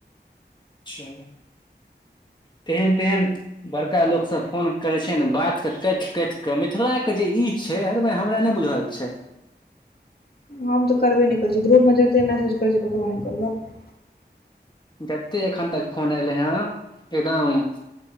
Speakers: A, on the left; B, on the left.
A: अच्छा, तेहेन तेहेन। बड़का लोक सभ फोन करे छै, ने बात के कथ कथ के मिथिलाके जे ई छै, हर हमरा नहि बुझल छै।
B: हम तऽ करबे नहि करै छियै, ग्रुपमे जते मैसेज करै छिये ककरो नहि करबह।
A: जते एखन तक फोन एलै हैं एकदम।